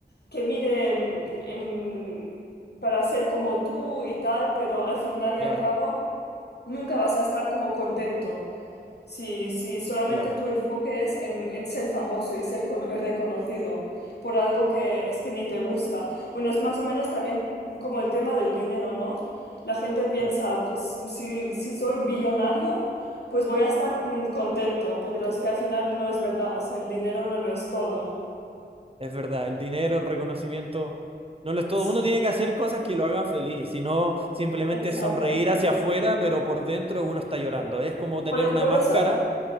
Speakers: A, on the left; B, on the right.
A: que mire mm, em, para ser como tú y tal, pero al final y
B: Claro,
A: al cabo nunca vas a estar como contento si, si solamente
B: claro,
A: tu enfoque es en, en ser famoso y ser cono- reconocido por algo que es que ni te gusta. Bueno, es más o menos también como el tema del dinero, ¿no? La gente piensa,
B: claro.
A: pues si, si soy billonario, pues voy a estar mm, contento, pero es que al final no es verdad, o sea, el dinero no lo es todo.
B: Es verdad, el dinero, el reconocimiento, no lo es todo.
A: Sí,
B: Uno tiene que hacer cosas que lo hagan feliz, si no simplemente
A: exacto.
B: sonreír hacia afuera, pero por dentro uno está llorando. Es como tener
A: Por,
B: una
A: por
B: máscara
A: eso,